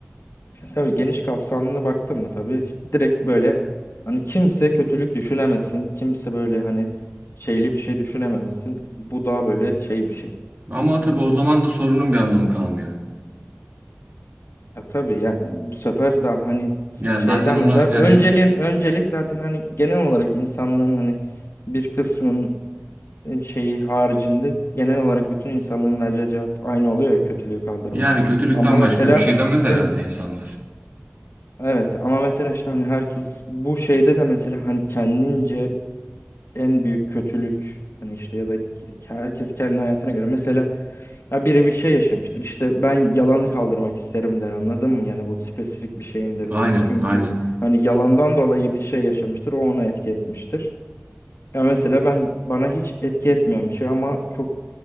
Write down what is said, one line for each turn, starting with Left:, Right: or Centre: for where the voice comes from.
Left: tabii geniş kapsamlı baktın mı tabii direkt böyle hani kimse kötülük düşünemesin. Kimse böyle hani şeyli bir şey düşünememişsin. Bu daha böyle şey bir şey.
Right: ama tabii o zaman da sorunun bir anlamı kalmıyor.
Left: Ya tabii yani bu sefer daha hani
Right: Yani
Left: şeyden
Right: zaten ona
Left: mesela önceliğin
Right: yani
Left: öncelik zaten hani genel olarak insanlığın hani bir kısmın şeyi haricinde genel olarak bütün insanlığın vereceği cevap aynı oluyor ya kötülüğü kaldırmak.
Right: yani kötülükten
Left: Ama mesela
Right: başka bir şey demez
Left: kim
Right: herhalde insanlar.
Left: Evet ama mesela işte hani herkes bu şeyde de mesela hani kendince en büyük kötülük hani işte ya da ke- herkes kendi hayatına göre mesela ya biri bir şey yaşamıştır işte ben yalanı kaldırmak isterim der anladın mı? Yani bu spesifik bir şey indirdiğinde
Right: Aynen
Left: çünkü
Right: aynen.
Left: hani yalandan dolayı bir şey yaşamıştır o onu etki etmiştir. Ya mesela ben bana hiç etki etmeyen bir şey ama çok